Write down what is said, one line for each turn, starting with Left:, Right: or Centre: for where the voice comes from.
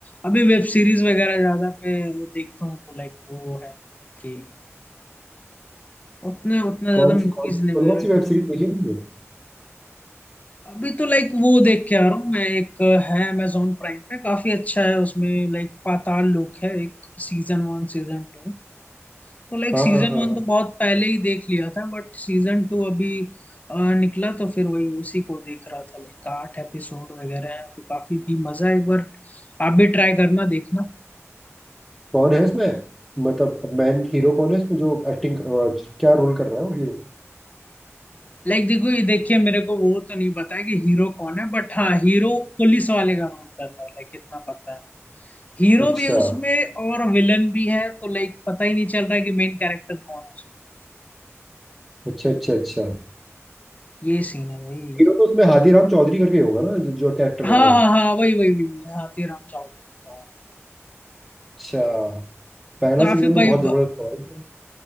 Left: अभी वेब सीरीज वगैरह ज्यादा पे देखता हूँ तो लाइक वो है कि उतने उतना
Centre: कौन
Left: ज्यादा मूवीज
Centre: सी कौन
Left: नहीं
Centre: कौन
Left: वगैरह
Centre: कौन सी वेब सीरीज देखी है तुमने
Left: अभी तो लाइक वो देख के आ रहा हूँ मैं एक है अमेजोन प्राइम पे काफी अच्छा है उसमें लाइक पाताल लोक है एक सीजन वन सीजन टू तो लाइक
Centre: हाँ
Left: सीजन
Centre: हाँ हाँ
Left: वन
Centre: हाँ
Left: तो बहुत पहले ही देख लिया था बट सीजन टू अभी अ, निकला तो फिर वही उसी को देख रहा था लाइक आठ एपिसोड वगैरह हैं तो काफी भी मजा है एक बार आप भी ट्राई करना देखना
Centre: कौन है उसमें मतलब मैन हीरो कौन है उसमें जो एक्टिंग क्या रोल कर रहा है वो हीरो
Left: लाइक देखो ये देखिए मेरे को वो तो नहीं पता है कि हीरो कौन है बट हाँ हीरो पुलिस वाले का रोल कर रहा है लाइक इतना पता है हीरो
Centre: अच्छा
Left: भी है उसमें और विलन भी है तो लाइक पता ही नहीं चल रहा है कि मेन कैरेक्टर कौन है उसमें
Centre: अच्छा अच्छा अच्छा
Left: ये सीन है भाई
Centre: हीरो तो उसमें हाथीराम चौधरी करके होगा ना जो, जो कैरेक्टर
Left: हाँ
Centre: का नाम
Left: हाँ हाँ वही वही वही वही, हाँ तेराम चौधरी का।
Centre: अच्छा
Left: तो
Centre: पहला
Left: काफी
Centre: सीजन तो
Left: भाई
Centre: बहुत जबरदस्त था भाई।